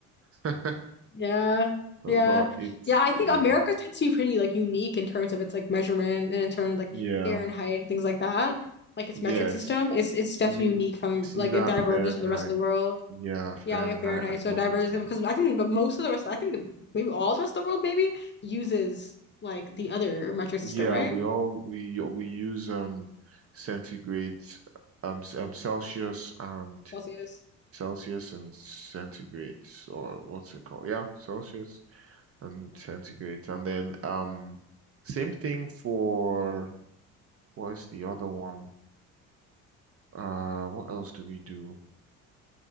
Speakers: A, on the right; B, on the left.
A: <laughs>
B: Yeah.
A: But,
B: Yeah.
A: but it's
B: Yeah, I think
A: eh,
B: America tends to be pretty like unique in terms of its like measurement and in terms of like
A: yeah,
B: air and height and things like that. Like its
A: yes.
B: metric system is it's definitely
A: You
B: unique from
A: see
B: like
A: that
B: it diverges
A: Fahrenheit?
B: from the rest of the world.
A: Yeah, Fahrenheit
B: Yeah, we have Fahrenheit,
A: annoys
B: so it diverges
A: me.
B: because I think but most of the rest I think the, maybe all the rest of the world maybe uses like the other metric
A: Yeah,
B: system, right?
A: we all we we use um centigrade, um, c- um Celsius
B: Yeah.
A: and
B: Celsius.
A: Celsius and centigrades, or what's it called? Yeah, Celsius and centigrades. And then um same thing for what is the other one? Uh what else do we do?